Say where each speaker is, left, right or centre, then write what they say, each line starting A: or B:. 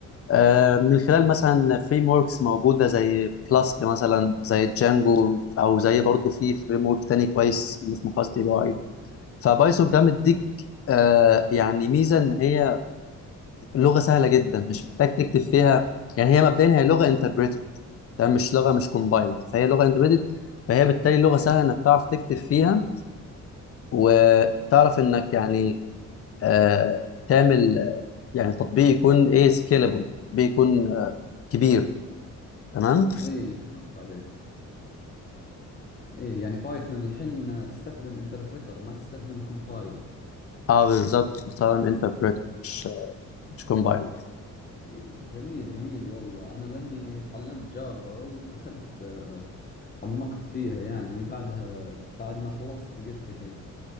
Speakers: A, on the left; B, on the left.
A: آه، من خلال مثلا فريم وركس موجوده زي فلاسك مثلا زي جانجو او زي برضو في فريم ورك تاني كويس اسمه فاست اي بي اي فبايثون كمان بتديك آه، يعني ميزه ان هي لغه سهله جدا مش محتاج تكتب فيها يعني هي مبدئيا هي لغه انتربريتد تمام مش لغه مش كومبايلد فهي لغه انتربريتد فهي بالتالي لغه سهله انك تعرف تكتب فيها وتعرف انك يعني آه، تعمل آه، يعني تطبيق يكون ايه سكيلبل تطبيق يكون آه، كبير تمام
B: اي فهمت عليك ايه يعني بايثون الحين تستخدم انتربريتر ما تستخدم كومبايلر
A: اه بالظبط بتستخدم انتربريتر مش مش كومبايلر
B: ايه جميل جميل والله انا لاني تعلمت جافا ودخلت آه، تعمقت فيها يعني بعدها بعد ما خلصت قلت لك